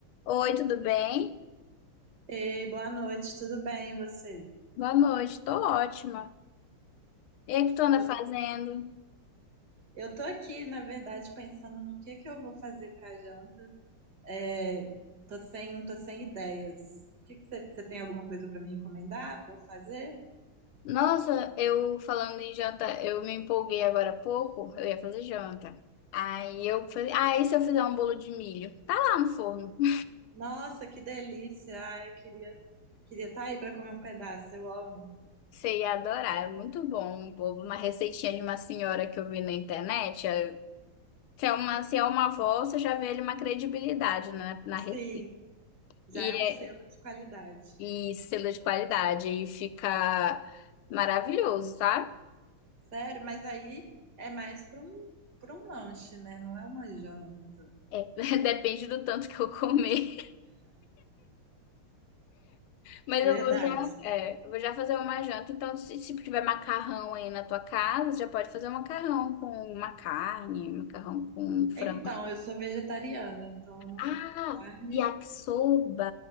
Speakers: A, on the left (about 80°); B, on the right (about 50°).
A: Oi, tudo bem?
B: Ei, boa noite, tudo bem, e você?
A: Boa noite, tô ótima. E o que tu anda
B: Eu,
A: fazendo?
B: eu tô aqui, na verdade, pensando no que que eu vou fazer pra janta. É, tô sem, tô sem ideias. O que que você você tem alguma coisa pra me recomendar, pra eu fazer?
A: Nossa, eu falando em janta, eu me empolguei agora há pouco, eu ia fazer janta. Aí eu falei, ah, e se eu fizer um bolo de milho? Tá lá no forno. <laughs>
B: Nossa, que delícia! Ah, eu queria, queria estar aí pra comer um pedaço, eu amo.
A: Você ia adorar, é muito bom um bolo. Uma receitinha de uma senhora que eu vi na internet. eh, Se é uma, se é uma avó, você já vê ali uma credibilidade na, na
B: Sim,
A: receita.
B: já
A: E,
B: é um selo
A: é-
B: de qualidade.
A: e selo de qualidade, e fica maravilhoso, sabe?
B: Sério, mas aí é mais pra um, para um lanche, né? Não é uma janta.
A: É, <laughs> depende do tanto que eu comer. Mas
B: Verdade.
A: eu vou já, é, eu vou já fazer uma janta. Então, se, se tiver macarrão aí na tua casa, já pode fazer um macarrão com uma carne, um macarrão com um frango.
B: Então, eu sou vegetariana, então eu não
A: Ah,
B: como carne.
A: yakisoba